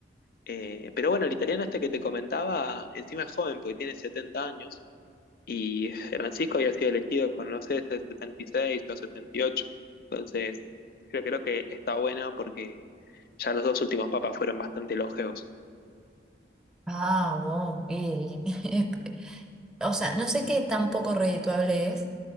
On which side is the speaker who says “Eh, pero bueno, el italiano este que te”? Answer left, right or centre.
Left